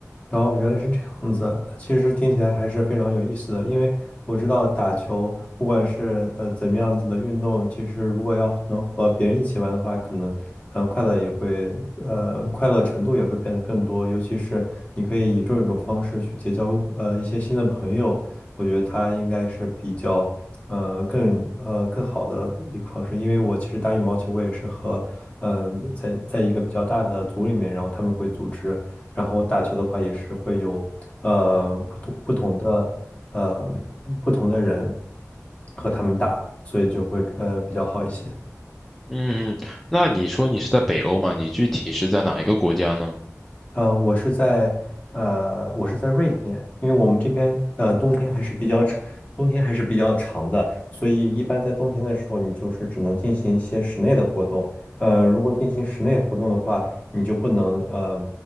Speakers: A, on the left; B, in the centre.
A: 然后原来是这样子，那其实听起来还是非常有意思的，因为我知道打球，不管是呃怎么样子的运动，其实如果要能和别人一起玩的话，可能呃快乐也会呃快乐程度也会变得更多，尤其是你可以以这种方式去结交呃一些新的朋友，我觉得它应该是比较呃更呃更好的一个方式，因为我其实打羽毛球，我也是和呃在在一个比较大的组里面，然后他们会组织。然后打球的话也是会有呃不同不同的呃不同的人和他们打，所以就会呃比较好一些。
B: 嗯，那你说你是在北欧嘛？你具体是在哪一个国家呢
A: 呃，我是在呃，我是在瑞典，因为我们这边呃冬天还是比较长，冬天还是比较长的，所以一般在冬天的时候，你就是只能进行一些室内的活动。呃，如果进行室内活动的话，你就不能呃